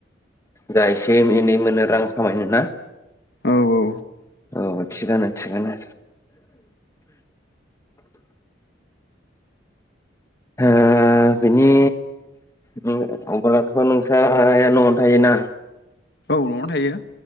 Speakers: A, on the left (about 15°); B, on the left (about 55°).
A: जा एसे एनै मोनो रां खामायनो ना।
B: औ औ
A: औ थिगानो थिगानो। ओ बिनि ओम अब्लाथ' नोंस्रा आइया न'आव थायोना?
B: न'आवनो थायो।